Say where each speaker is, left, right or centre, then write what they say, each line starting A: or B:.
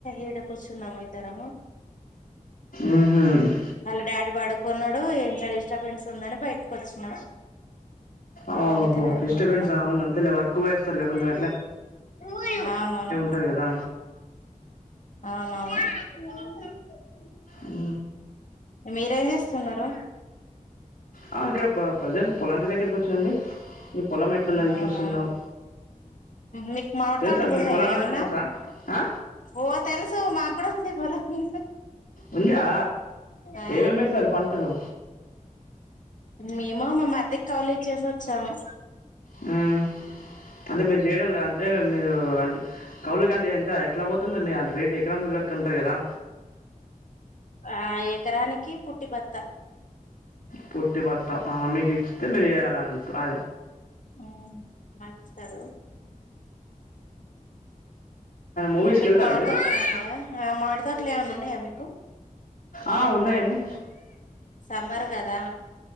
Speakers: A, on the left (about 65°); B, on the left (about 80°).
A: ఈడ కూర్చున్నాము ఇద్దరం
B: మ్మ్హ.
A: వాళ్ళ డాడీ పడుకున్నాడు ఏం డిస్టర్బెన్స్ ఉందని బయటకు వచ్చిన
B: ఓహో
A: వాళ్ళిద్దరు ఆడుకుంటున్నారు
B: డిస్టర్బెన్స్ అవును అంతేలే వర్క్ పోయేస్తారు కొంచెం
A: హ్మ్మ్ అవునవును
B: ట్టై కదా
A: అవునవును
B: మీ
A: మీరేం చేస్తున్నారు
B: ఆ ఇక్కడ ప్రజెంట్ పొలాం దగ్గరకి వచ్చాండి పొలం ఎట్లున్నది
A: అవునా
B: చూస్తున్నాం
A: మీకు మామిడి
B: తెలుసా
A: తోటలు
B: మీకు
A: ఉన్నాయా
B: పొలాలంటే
A: ఏమన్నా
B: తెలుసా ఆ
A: ఓ తెలుసు మాకు కూడా ఉంది పొలం
B: ఉందా
A: ఆ
B: ఏమేమి వేస్తారు పంటలు
A: మేము మా మరిదికి కౌలుఇచ్చేసి వచ్చాము
B: హ్మ్. అంటే మీరు చేయడం లేదు అంటేే మీరు అంటే కౌలుక అంటే ఎంత ఎట్లా పోతుందిో మీ అంటే రేటు ఎకరం లెక్క ఉంటుంది కదా
A: ఆ ఎకరానికి పుట్టి భత్త
B: పుట్టి భత్త మీకు ఇచ్చితే మీరు వేయాలిే అ
A: ఉ మాకిస్తాడు
B: మూవీస్కి
A: మీకు
B: వెళ్తారా
A: మాడితోోట్లు
B: మీరు
A: ఏన్నాయా మాడితోోటలు ఏమన్నా ఉన్నాయా మీకు
B: ఆ ఉన్నాయండి
A: సమ్మర్ కదా